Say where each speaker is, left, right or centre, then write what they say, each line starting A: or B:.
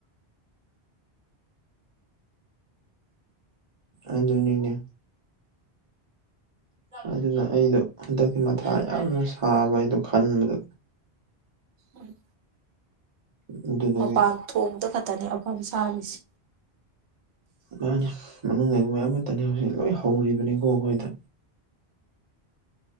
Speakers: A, on the right; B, on the right.
A: ꯑꯗꯨꯅꯤꯅꯦ꯫ ꯑꯗꯨꯅ ꯑꯩꯗꯣ ꯍꯟꯗꯛꯇꯤ ꯃꯊꯥ ꯌꯥꯝꯅ ꯁꯥꯕ ꯑꯩꯗꯣ ꯈꯟꯕꯗ꯫
B: ꯎꯝ꯫
A: ꯑꯗꯨꯗꯨꯒꯤ
B: ꯃꯄꯥꯟ ꯊꯣꯡꯗ ꯈꯛꯇꯅꯦ ꯑꯐꯕ ꯁꯥꯔꯤꯁꯦ꯫
A: ꯃꯥꯅꯦ ꯃꯅꯨꯡꯗ ꯃꯣꯏ ꯑꯃꯠꯇꯅꯦ ꯍꯧꯖꯤꯛ ꯂꯣꯏ ꯍꯧꯔꯤꯕꯅꯤꯀꯣ ꯑꯩꯈꯣꯏꯗ꯫